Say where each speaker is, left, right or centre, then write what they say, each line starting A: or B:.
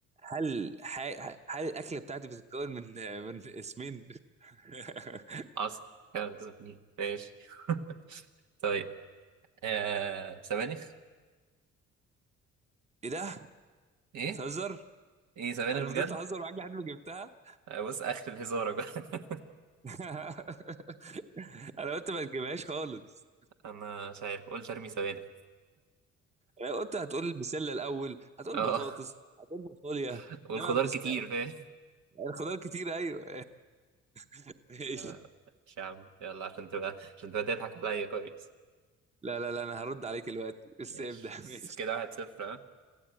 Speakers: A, on the right (about 20°); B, on the right (about 75°).
A: هل ح- هل الاكله بتاعتي بتتكون من من اسمين <laughs>
B: أصل كانت بتزبني. ماشي <laughs> طيب آه سبانخ
A: ايه ده
B: إيه؟
A: بتهزر
B: إيه سبانخ
A: انا فضلت
B: بجد؟
A: اهزر معاك لحد ما جبتها
B: آه، بص آخر الهزارة بقى <laughs>
A: <laughs> انا قلت ما تجيبهاش خالص
B: أنا مش عارف قلت أرمي سبانخ
A: انا قلت هتقول البسله الاول هتقول
B: أه
A: بطاطس هتقول فاصوليا
B: <laughs> والخضار
A: انما بس...
B: كتير فاهم
A: الخضار كتير ايوه <laughs> ماشي
B: آه، مش يا عم يلا عشان تبقى عشان تبقى تضحك عليا كويس
A: لا لا لا انا هرد عليك دلوقتي بس
B: ماشي
A: ابدأ
B: بس
A: <laughs> ماشي
B: كده واحد صفر ها